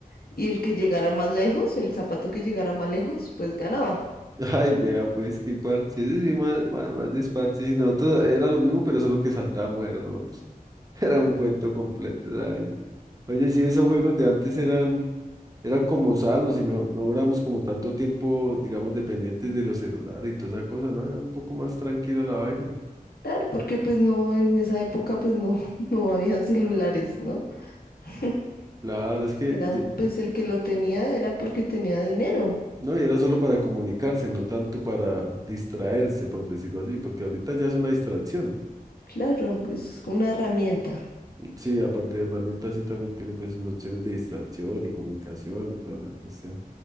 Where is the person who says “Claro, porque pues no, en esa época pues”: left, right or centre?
Left